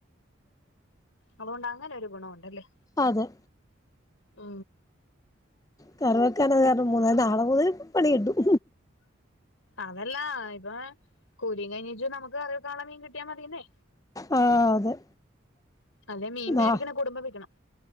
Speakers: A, on the left; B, on the left.
A: അതുകൊണ്ട് അങ്ങനെ ഒരു ഗുണവുണ്ടല്ലേ?
B: അതെ
A: ആ
B: കറിവെക്കാനത് കാരണം മൂന്ന നാളെ മുതൽ പണി കിട്ടും.
A: അതല്ലാ ഇപ്പൊ കുലീം കഴിഞ്ഞിട്ട് നമുക്ക് കറിവെക്കാനുള്ളെ മീൻ കിട്ടിയാ മതീന്നേ
B: ആ അതെ
A: അല്ലെ മീൻ വേടിക്കണെ
B: ആ
A: കുടുംബം വിക്കണം